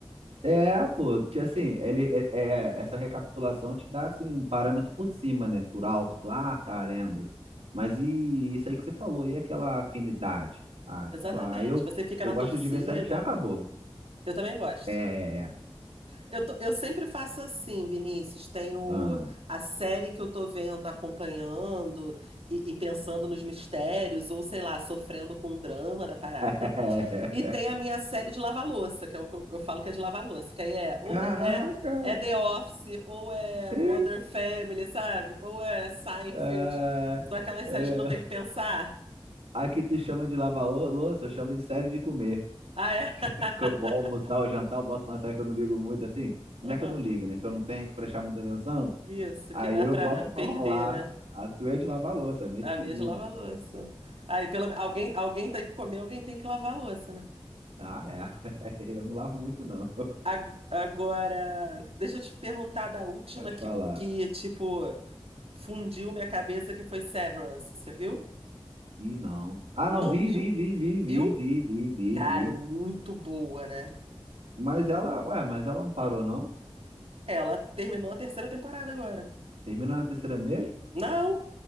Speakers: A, on the right; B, on the right.
A: É, pô, ti- assim, ele, é, é- essa recapitulação te dá, assim, um parâmetro por cima, né? Por alto, tu, ah, tá, lembro. Mas e isso aí que você falou, e aquela afinidade?
B: <laughs>
A: Ah,
B: Exatamente.
A: sei lá, aí eu,
B: Você fica
A: eu
B: na
A: gosto
B: torcida.
A: de ver série que já acabou.
B: Eu também gosto.
A: É, é, é.
B: Eu, tô- eu sempre faço assim, Vinícius. Tenho
A: ah.
B: a série que eu tô vendo, acompanhando e, e pensando nos mistérios, ou sei lá, sofrendo com o drama da parada.
A: <laughs>
B: E tem a minha série de lavar-louça, que é o que eu, eu falo que é de lavar-louça, que aí é ou
A: Caraca!
B: The- é, é The Office, ou é
A: É,
B: Modern Family, sabe? Ou é Seinfeld.
A: é,
B: São aquelas
A: é.
B: séries que não tem que pensar.
A: Aqui tu chama de lavar ô- louça, eu chamo de série de comer.
B: Ah, é? <laughs>
A: Que eu vou almoçar ou jantar, eu boto uma série que eu não ligo muito, assim.
B: Aham.
A: Não é que eu não ligo, né? Que eu não tenho que prestar muita atenção.
B: Isso,
A: Aí
B: que dá
A: eu
B: pra
A: boto
B: perder,
A: pra rolar.
B: né?
A: A tua é de lavar louça, a minha
B: A
A: é de comida.
B: minha é de lavar louça. Aí, pelo me- alguém, alguém tem que comer, alguém tem que lavar a louça, né?
A: Ah, é. <laughs> Eu não lavo muito, não.
B: A- Agora, deixa eu te perguntar da última
A: <laughs> Pode
B: que,
A: falar.
B: que, tipo, fundiu minha cabeça, que foi Severance. Você viu?
A: Ih, não. Ah,
B: Não
A: não, vi,
B: viu?
A: vi, vi, vi,
B: Viu?
A: vi, vi, vi, vi,
B: Cara,
A: vi.
B: é muito boa, né?
A: Mas ela, ué, mas ela não parou, não?
B: Ela terminou a terceira temporada agora.
A: Termina na terceira mesmo?
B: Não,